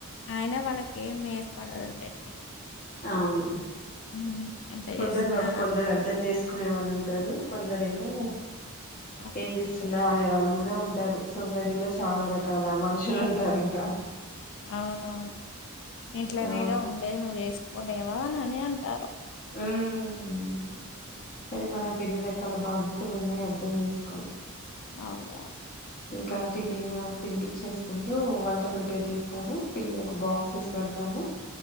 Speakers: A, on the left (about 60°); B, on the left (about 40°).
A: అయినా వాళ్ళకి ఏం ఏర్పడదులేండి
B: అవును
A: ఉమ్, ఎంత
B: కొందరు
A: చేసినా
B: బాబు కొందరు అర్థం చేసుకునే వాళ్ళు ఉంటారు కొందరు ఏమో హ్మ్
A: అవును
B: ఏం చేస్తున్నావ్ అనే వాళ్ళు కూడా ఉంటారు సో సొసైటీలో చాలా రకాల మనుషులు ఉంటారు ఇంకా
A: అవునవును ఇంట్లనేగా
B: అవును
A: ఉండేది నువ్వు చేసుకోలేవా అనని అంటారు
B: ఉహ్మ్ కానీ మనకు ఎన్ని రకాల బాధ్యతలు న్నాయి అర్థం చేసుకోరు
A: అవురా
B: ఇంకా టిఫిన్ తినిపిచ్చేసుకుంటూ వంట ప్రిపేర్ చేస్తాను పిల్లలకు బాక్సెస్ పెడ తాను